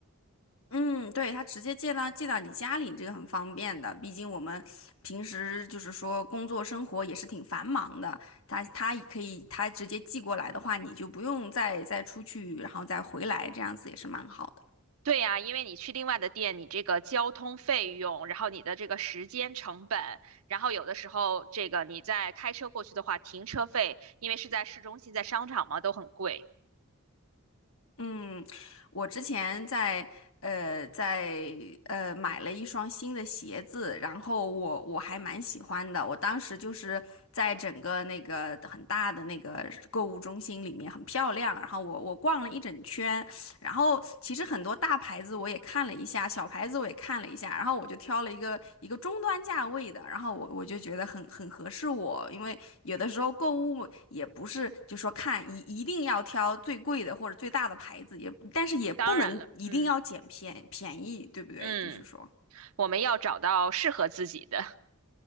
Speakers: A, on the left (about 70°); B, on the right (about 85°).
A: 嗯，对，他直接寄到寄到你家里，这个很方便的。毕竟我们平时就是说工作生活也是挺繁忙的，他他也可以他直接寄过来的话，你就不用再再出去，然后再回来，这样子也是蛮好的。
B: 对呀，因为你去另外的店，你这个交通费用，然后你的这个时间成本，然后有的时候这个你在开车过去的话，停车费，因为是在市中心，在商场嘛，都很贵。
A: 嗯，我之前在呃在呃买了一双新的鞋子，然后我我还蛮喜欢的。我当时就是在整个那个很大的那个购物中心里面很漂亮，然后我我逛了一整圈。然后其实很多大牌子我也看了一下，小牌子我也看了一下，然后我就挑了一个一个中端价位的，然后我我就觉得很很合适我，因为有的时候购物也不是就说看一一定要挑最贵的或者最大的牌子，也但是也不能一定要捡便便宜，
B: 当然了，嗯
A: 对不对？
B: 嗯，
A: 就是说。
B: 我们要找到适合自己的。